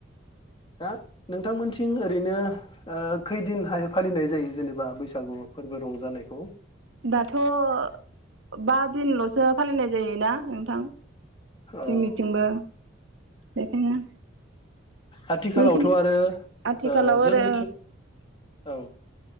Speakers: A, on the left (about 30°); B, on the right (about 80°).
A: दा नोंथांमोनथिं ओरैनो ओ खैदिनहाय फालिनाय जायो जेनोबा बैसागु फोरबो रंजानायखौ
B: दाथ'बा दिनल'सो फालिनाय जायोना नोंथां जोनिथिंबो
A: अ
B: बेखायनो
A: आथिखालावथ'आरो
B: नोंसिनि आथिखालाव
A: ओ जोंनिथिं
B: आरो
A: औ